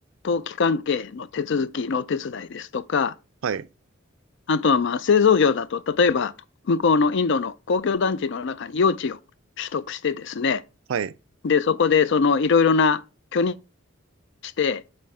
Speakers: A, on the left; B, on the right.
A: 登記関係の手続きのお手伝いですとか、
B: はい。
A: あとはまあ製造業だと、例えば向こうのインドの公共団地の中に用地を取得してですね、
B: はい。
A: で、そこでそのいろいろな許認して、